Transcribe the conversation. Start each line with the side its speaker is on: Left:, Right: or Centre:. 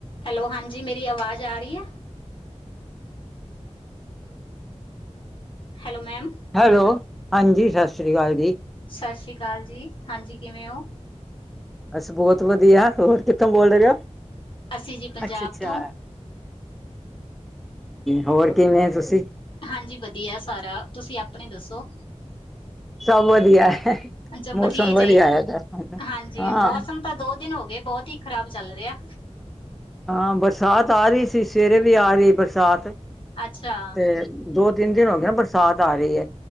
Left: ਹੈਲੋ ਹਾਂਜੀ ਮੇਰੀ ਆਵਾਜ਼ ਆ ਰਹੀ ਹੈ। Hello ma'am.
Centre: ਹੈਲੋ, ਹਾਂਜੀ ਸਤਿ ਸ਼੍ਰੀ ਅਕਾਲ ਜੀ।
Left: ਸਤਿ ਸ਼੍ਰੀ ਅਕਾਲ ਜੀ ਹਾਂਜੀ ਕਿਵੇਂ ਹੋ।
Centre: ਅਸੀਂ ਬਹੁਤ ਵਧੀਆ, ਹੋਰ ਕਿੱਥੋਂ ਬੋਲ ਰਹੇ ਹੋ
Left: ਅਸੀਂ ਜੀ ਪੰਜਾਬ
Centre: ਅੱਛਾ -ਅੱਛਾ।
Left: ਤੋਂ
Centre: ਹੋਰ ਕਿਵੇਂ ਹੋ ਤੁਸੀਂ।
Left: ਹਾਂਜੀ ਵਧੀਆ ਸਾਰਾ ਤੁਸੀਂ ਆਪਣੇ ਦੱਸੋ।
Centre: ਸਭ ਵਧੀਆ ਹੈ
Left: ਅੱਛਾ
Centre: ਮੌਸਮ
Left: ਹੀ
Centre: ਵਧੀਆ
Left: ਚਾਹੀਦਾ
Centre: ਹੈਗਾ
Left: ਹਾਂਜੀ
Centre: ਹਾਂ।
Left: ਮੌਸਮ ਤਾਂ ਦੋ ਦਿਨ ਹੋ ਗਏ ਬਹੁਤ ਹੀ ਖ਼ਰਾਬ ਚੱਲ ਰਿਹਾ।
Centre: ਹਾਂ ਬਰਸਾਤ ਆ ਰਹੀ ਸੀ, ਸਵੇਰੇ ਵੀ ਆ ਰਹੀ ਬਰਸਾਤ
Left: ਅੱਛਾ
Centre: ਤੇ ਦੋ -ਤਿੰਨ ਦਿਨ ਹੋ ਗਏ ਬਰਸਾਤ ਆ ਰਹੀ ਹੈ।